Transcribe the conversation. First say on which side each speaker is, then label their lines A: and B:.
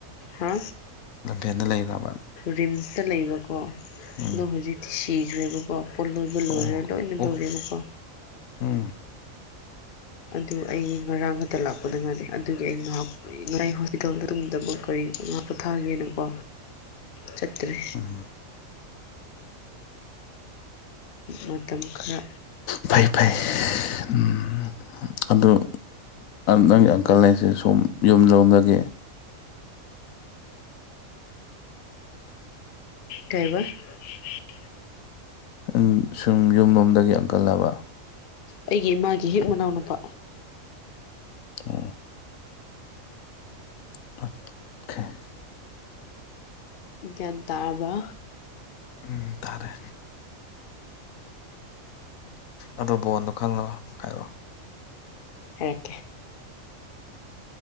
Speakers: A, on the left (about 50°); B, on the left (about 75°).
A: ꯍꯥ
B: ꯂꯝꯐꯦꯟꯗ ꯂꯩꯔꯕ
A: ꯔꯤꯝꯁꯇ ꯂꯩꯕꯀꯣ
B: ꯎꯝ
A: ꯑꯗꯣ ꯍꯧꯖꯤꯛꯇꯤ ꯁꯤꯈ꯭ꯔꯦꯕ ꯄꯨꯂꯣꯏꯕ ꯂꯣꯏꯔꯦ
B: ꯑꯣ
A: ꯂꯣꯏꯅ
B: ꯑꯣ
A: ꯂꯣꯏꯔꯦꯕꯀꯣ
B: ꯎꯝ
A: ꯑꯗꯨ ꯑꯩ ꯉꯔꯥꯡ ꯈꯛꯇ ꯂꯥꯛꯄꯗ ꯉꯗꯦ ꯑꯗꯨꯒꯤ ꯑꯩ ꯉꯥꯏꯍꯥꯛ ꯍꯣꯁꯄꯤꯇꯥꯜꯗ ꯇꯗꯕ ꯀꯔꯤ ꯄꯣꯊꯥꯒꯦꯅꯀꯣ
B: <inaudible>
A: ꯆꯠꯇꯔꯤ
B: ꯎꯝ
A: ꯃꯇꯝ ꯈꯔ
B: ꯐꯩ ꯐꯩ ꯎꯝ ꯑꯗꫭ ꯅꯪꯒꯤ ꯑꯪꯀꯜ ꯍꯥꯏꯁꯦ ꯁꫭꯝ ꯌꯨꯝꯂꫭꯝꯗꯒꯤ
A: <inaudible> <inaudible> ꯀꯩꯕ <unintelligible>
B: ꯎꯝ ꯁꯨꯝ ꯌꯨꯝꯂꯣꯝꯗꯒꯤ ꯑꯪꯀꯜꯂꯕ
A: ꯑꯩꯒꯤ ꯏꯃꯥꯒꯤ ꯍꯦꯛ ꯃꯅꯥꯎ ꯅꯨꯨꯄꯥ
B: ꯑꫭ <unintelligible>
A: ꯒꯤꯌꯟ ꯇꯥꯔꯕ
B: ꯎꯝ ꯇꯥꯔꯦ ꯑꯗꫭ ꯕꯣꯟꯗꯣ ꯈꯪꯂꯣ ꯍꯥꯏꯔꯛꯑꯣ
A: ꯍꯏꯔꯛꯀꯦ